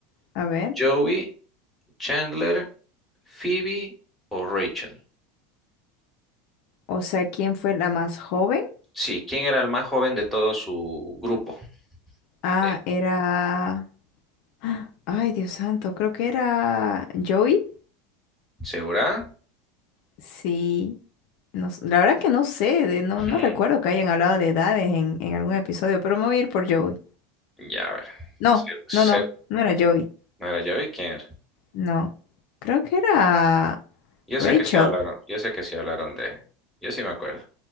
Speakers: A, on the left; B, in the centre.
A: A ver.
B: Joey, Chandler, Phoebe o Rachel.
A: O sea, ¿quién fue la más joven?
B: Sí, ¿quién era el más joven de todo su grupo?
A: Ah,
B: Eh,
A: era... ¡Ah! Ay, Dios santo, creo que era Joey.
B: ¿Segura?
A: Sí. No s- la verdad que no sé, de- no,
B: Hmm,
A: no recuerdo que hayan hablado de edades en, en algún episodio, pero me voy a ir por Joey.
B: Ya, a ver.
A: No,
B: Se- se-
A: no, no, no era Joey.
B: Mira, yo vi quién era.
A: No. Creo que era
B: Yo
A: Rachel.
B: sé que sí hablaron, yo sé que sí hablaron de... Yo sí me acuerdo.